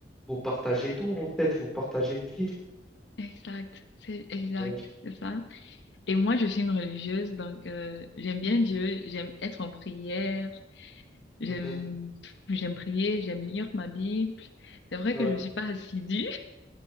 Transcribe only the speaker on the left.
Exact, c'est exact,
c'est ça. Et moi je suis une religieuse donc euh, j'aime bien Dieu, j'aime être en prière, j'aime
j'aime prier, j'aime lire ma Bible. C'est vrai
que je suis pas assidue,